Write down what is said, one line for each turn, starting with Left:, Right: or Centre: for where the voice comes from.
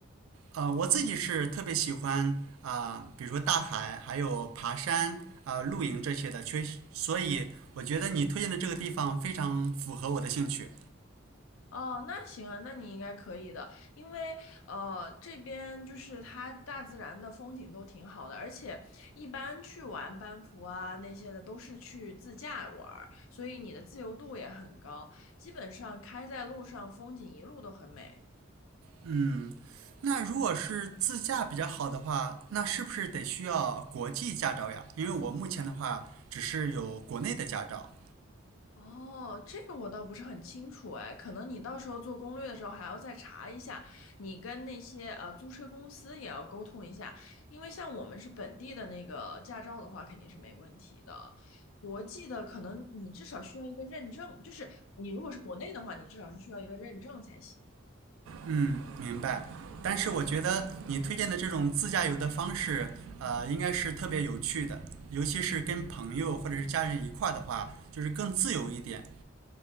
Right: 呃，我自己是特别喜欢啊、比如说大海，还有爬山、啊、露营这些的，确实，所以我觉得你推荐的这个地方非常符合我的兴趣。
Left: 哦，那行啊，那你应该可以的，因为呃，这边就是它大自然的风景都挺好的，而且一般去玩班夫啊那些的都是去自驾玩儿，所以你的自由度也很高，基本上开在路上，风景一路都很美。
Right: 嗯，那如果是自驾比较好的话，那是不是得需要国际驾照呀？因为我目前的话只是有国内的驾照。
Left: 哦，这个我倒不是很清楚哎，可能你到时候做攻略的时候还要再查一下，你跟那些呃租车公司也要沟通一下，因为像我们是本地的那个驾照的话，肯定是没问题的。国际的可能你至少需要一个认证，就是你如果是国内的话，你至少是需要一个认证才行。
Right: 嗯，明白。但是我觉得你推荐的这种自驾游的方式，呃，应该是特别有趣的，尤其是跟朋友或者是家人一块儿的话，就是更自由一点。